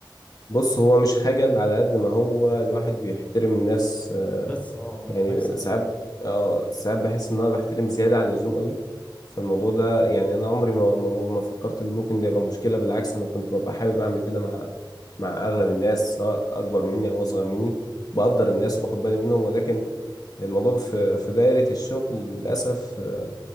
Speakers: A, on the left (about 50°); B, on the left (about 15°).
A: بص هو مش خجل على قد ما هو الواحد بيحترم الناس آه،
B: بس اه ما
A: يعني
B: نفس ال...
A: ساعات اه ساعات بحس ان انا بحترم زياده عن اللزوم قوي فالموضوع ده يعني انا عمري ما ما, ما فكرت ان ممكن ده يبقى مشكله بالعكس انا كنت ببقى حابب اعمل كده مع مع اغلب الناس سواء اكبر مني او اصغر مني بقدر الناس وباخد بالي منهم ولكن الموضوع في في دايره الشغل للاسف آه،